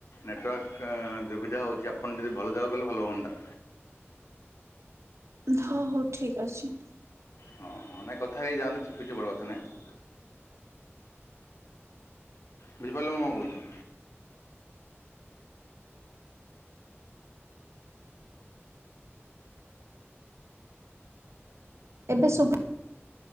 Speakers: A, on the left (about 90°); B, on the right (about 85°).
A: ନେଟୱାର୍କ ଦୁବିଧା ହେଉଛି ଆପଣ ଯଦି ଭଲ ଜାଗକୁ ଗଲେ ଭଲ ହୁଅନ୍ତା।
B: ହଉ ହଉ ଠିକ ଅଛି।
A: ହଁ ହଁ ନାଇଁ କଥା ହେଇଯାଆନ୍ତୁ କିଛି ବଡ଼ କଥା ନାହିଁ। ବୁଝି ପାରିଲେ ମୁଁ କଣ କହୁଚି।
B: ଏବେ ସୁବ